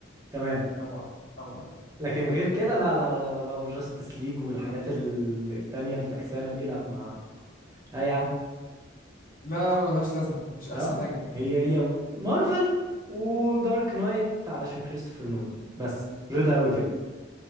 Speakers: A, on the right (about 20°); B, on the left (about 45°).
A: تمام
B: طبعا طبعا
A: لكن غير كده لا لا لا, لا بقى وجاستس ليج والحاجات ال- التانية الفكسانه دي لا ما لا يا عم
B: لا لا، ملهاش لازمه مش احسن
A: اه
B: حاجه
A: هي هي مارفل ودارك نايت علشان كريستوفر نولان بس رضا قوي كده